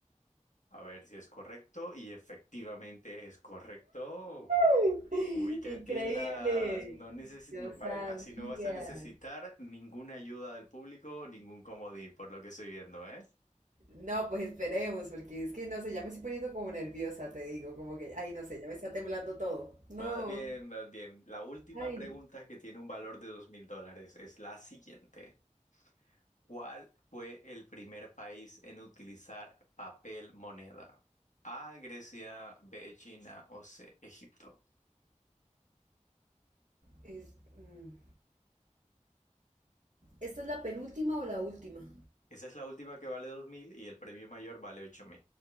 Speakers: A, on the left (about 75°); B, on the right (about 75°).
A: A ver si es correcto y efectivamente es correcto.
B: <laughs>
A: Uy, qué
B: Increíble.
A: pilas. No necesi-
B: Yo
A: no pare-
B: sabía.
A: así no vas a necesitar ninguna ayuda del público, ningún comodín, por lo que estoy viendo, ¿eh?
B: No, pues esperemos, porque es que no sé, ya me estoy poniendo como nerviosa, te digo, como que, ay, no sé, ya me está temblando todo. No,
A: Vas bien, vas bien. La última
B: ay,
A: pregunta que tiene un valor de dos mil dólares es la siguiente. ¿Cuál fue el primer país en utilizar papel moneda? A, Grecia, B, China o C, Egipto.
B: es, mm. ¿Esta es la penúltima o la última?
A: Esa es la última que vale 2.000 y el premio mayor vale ocho